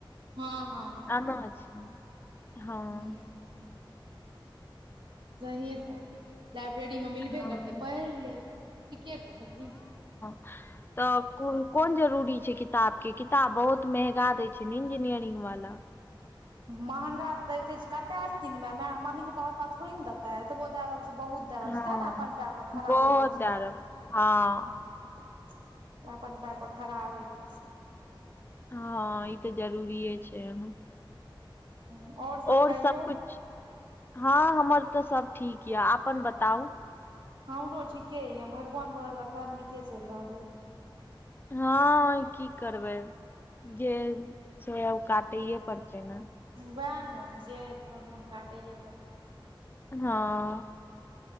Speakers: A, on the right (about 65°); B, on the left (about 25°).
A: हां-हां।
B: अना छै, हां।
A: हूँ सहिए तै लाइब्रेरीमे मिलबे
B: हँ
A: करतै पैढ़ लेब ठीके कहलियै।
B: ह तब कु कोन जरूरी छै किताब के किताब बहुत महेगा दै छै ने इंजीनियरिंग बाला।
A: महंगा तै दैते छै कते किनबै माए मम्मी पप्पा ओतबा थोड़ी नै देते, एतबो दै रहल छै बहुत दै रहल
B: हँ
A: छै तै ने अपन पैर पर खड़ा
B: बहुत
A: होय के छै।
B: दए रहल हँ
A: तै अपन पैर पर खड़ा होय के छै।
B: हां ई तै जरूरीेए छै ओना।
A: आओर
B: और
A: कहियौ
B: सब कुछ हां हम्मर तै सब ठीक यै अपन बताउ?
A: हमरो ठीके यै, भगवान भरोसा सब नीके चैल रहल यै।
B: हां की करबै जे छै ओ काटएयै पड़तै नै।
A: वैह नै जे हेते भगवान काटएयै पड़
B: हां।